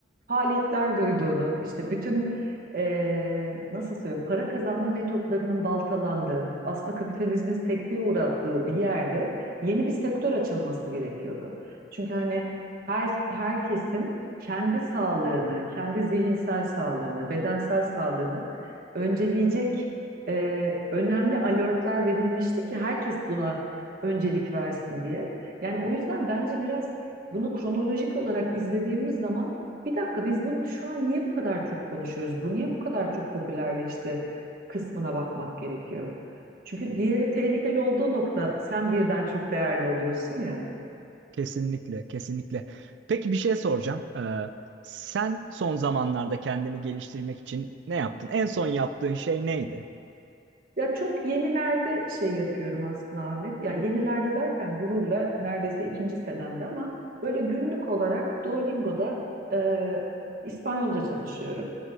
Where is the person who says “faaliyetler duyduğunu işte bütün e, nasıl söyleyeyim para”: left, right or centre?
Right